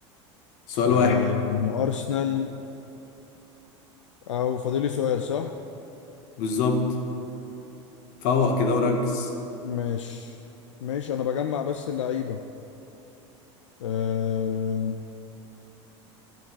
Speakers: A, on the left; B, on the left.
A: سؤال
B: آه
A: واحد
B: يعني ارسنال او فاضل لي سؤال صح
A: بالظبط فوق كده وركز
B: مش مش انا بجمع بس اللعيبه آه